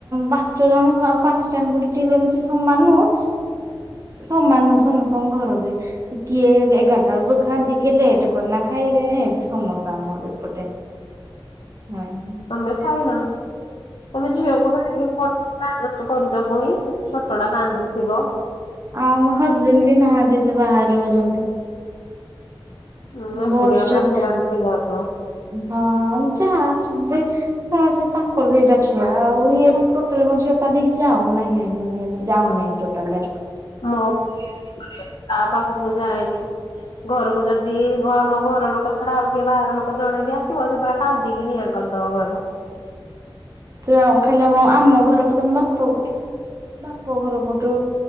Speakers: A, on the right; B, on the left.
A: ପାଞ୍ଚ ଜଣ ଆଉ ପାଞ୍ଚଟାଆଙ୍ଗୁଠି ଠିକ ହୁଏନି। ସମାନ ନୁହଁ, ସମାନ ନୁହଁ, ସମସ୍ତଙ୍କ ଘର ବି କିଏ ଏଗାରଟା ବେଳକୁ ଖାଆନ୍ତି, କିଏ ଲେଟ କରିକିନା ଖାଇବେ ଏମିତି ସମସ୍ତ ଆମର ଏପଟେ ହଁ
B: ତମେ ଖାଇନ ତମେ ଝିଅକୁ ଧରିକି କରୁଛ ଆଡଜଷ୍ଟ୍ କରୁଛ ପୁଣି ସେ ତ ଛୋଟଟା କାନ୍ଦୁଥିବ।
A: ଆଉ ମୋ ହଜବେଣ୍ଡ ବି ନାହାନ୍ତି ସେ ବାହାରେ ରହୁଛନ୍ତି।
B: ହୁଁ ଏକୁଟିଆ
A: ବସିଛନ୍ତି
B: ପୁରା ହଇରାଣ ହେଇଯାଉଥିବ।
A: ହଁ ଯା ହଁ ସେ ତାଙ୍କର ଦିଇଟା ଛୁଆ ଆଉ ଇଏ ଟୋଟାଲ ମୋ ଝିଅ କାହା କତିକି ଯାଉନାହିଁ ଯାଉନି ଟୋଟାଲେ।
B: ମୋ <unintelligible> କାହା ପାଖକୁ ଯାଏନି ଘରକୁ ଯଦି ଆମ ଘର ଲୋକ ଛଡ଼ା ଆଉ କିଏ ବାହାର ଲୋକ ଜଣେ ବି ଆସିବ, ସେ ପୁରା କାନ୍ଦିକି ନିଆଁ କର ଚା ଦ ବା <unintelligible>
A: ଆ ଖାଲି ଆମ ଘର ତମ ବାପା ଗୋଟେ ବାପ ଘର ପଟୁ